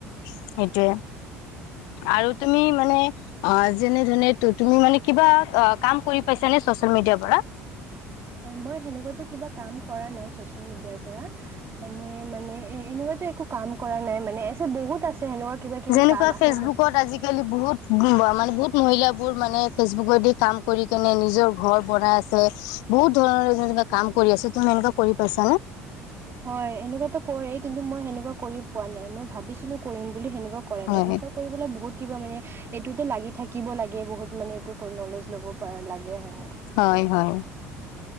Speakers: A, on the left; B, on the right.
A: সেইটোয়ে। আৰু তুমি মানে অ', যেনে ধ তুমি মানে কিবা কাম কৰি পাইছা নে চচেল মিডিয়াৰ পৰা?
B: মই সেনেকুৱাটো কিবা কাম কৰা নাই চচিয়েল মিডিয়াৰ পৰা, এনে মানে এনেকুৱাটো একো কাম কৰা নাই মানে <unintelligible> কিবা কিবি
A: যেনেকুৱা
B: কাম আছে
A: ফেচবুকত
B: চচ
A: আজিকালি বহুত <unintelligible> বহুত মহিল বোৰ মানে ফেচবুকত দি কাম কৰি কেনে নিজৰ ঘৰ বনাই আছে বহুত ধৰণৰে যে কাম কৰি আছে। তুমি এনেকুৱা কৰি পাইছানে।
B: হয় এনেকুৱাতো কৰেই কিন্তু মই সেনেকুৱা কৰি পোৱা নাই। মই ভাবিছিলো কৰিম বুলি সেনেকা। কৰে
A: হয়
B: নে সেনেকুৱা কৰিবলৈ বহুত। কিবা মানে এইটোতে লাগি থাকিব লাগে, বহুত মানে এইটো কৰি, নলেজ ল'ব পা লাগেহে।
A: হয়, হয়।